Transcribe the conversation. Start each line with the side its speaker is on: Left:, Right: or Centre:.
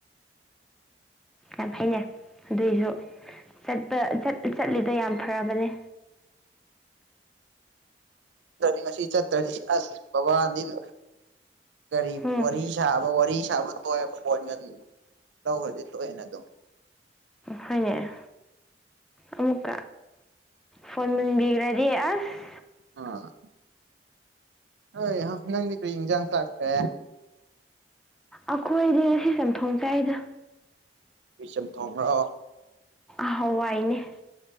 Centre: ꯌꯥꯝ ꯐꯩꯩꯅꯩ ꯑꯗꯨꯏꯁꯨ ꯆꯠꯄ ꯆꯠꯂꯤꯗꯣ ꯌꯥꯝ ꯐꯔꯕꯅꯦ
Right: ꯉꯁꯤ ꯆꯠꯇꯔꯤ ꯑꯁ ꯄꯕꯥ ꯑꯅꯤꯜ ꯀꯔꯤ
Centre: ꯎꯝ
Right: ꯋꯥꯔꯤ ꯁꯥꯕ ꯋꯥꯔꯤ ꯁꯥꯕ ꯇ ꯐꯣꯟ ꯇꯧ ꯍꯧꯖꯤ ꯊꯣꯛ ꯑꯦꯅꯗꯣ
Centre: ꯈꯣꯏꯅꯦ ꯑꯃꯨꯛ ꯐꯣꯟ ꯃꯨꯟꯕꯤꯈ꯭ꯔꯗꯤ ꯑꯁ
Right: ꯑ ꯑꯣꯏ ꯅꯗꯀ꯭ꯔꯤ ꯏꯪꯖꯥꯡꯁꯥꯥꯛꯇꯦ
Centre: ꯑꯩꯈꯣꯏꯗꯤ ꯉꯁꯤ ꯆꯝꯊꯣꯡ ꯆꯥꯏꯗ
Right: ꯄꯁꯝ ꯊꯣꯡꯈ꯭ꯔꯣ
Centre: ꯍꯋꯥꯏꯅꯦ